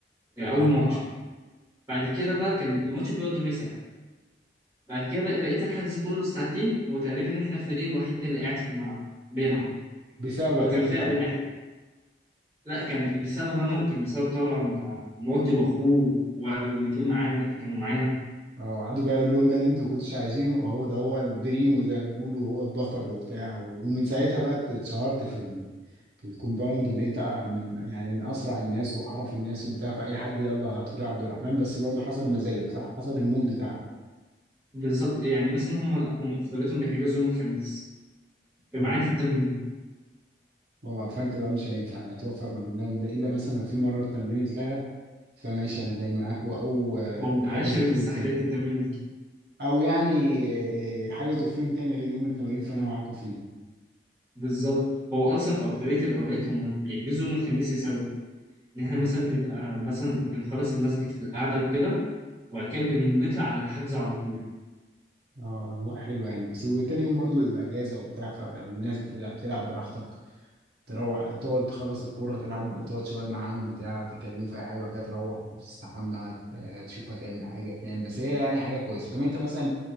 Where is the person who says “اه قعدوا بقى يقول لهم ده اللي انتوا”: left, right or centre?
Right